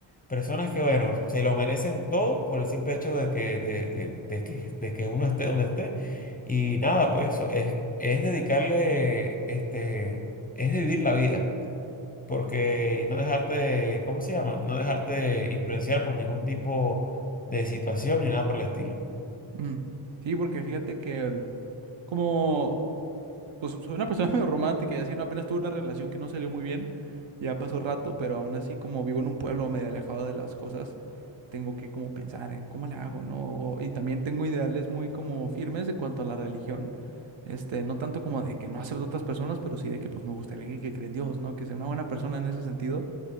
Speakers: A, on the left (about 20°); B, on the right (about 65°).
A: personas que, bueno, se lo merecen todo por el simple hecho de que, de, de- de que, de que uno esté donde esté. Y nada, pues eso es, es dedicarle, este, es vivir la vida. Porque y no dejarte, ¿cómo se llama? No dejarte influenciar por ningún tipo de situación ni nada por el estilo.
B: Mm, Sí, porque fíjate que mm, Como, pues soy una persona <laughs> medio romántica y así, ¿no? Apenas tuve una relación que no salió muy bien, ya pasó rato, pero aún así como vivo en un pueblo medio alejado de las cosas, tengo que como pensar en cómo le hago, ¿no? O- Y también tengo ideales muy como firmes en cuanto a la religión, este, no tanto como de que no acepto a otras personas, pero sí de que pues me gustaría alguien que cree en Dios, ¿no? Que sea una buena persona en ese sentido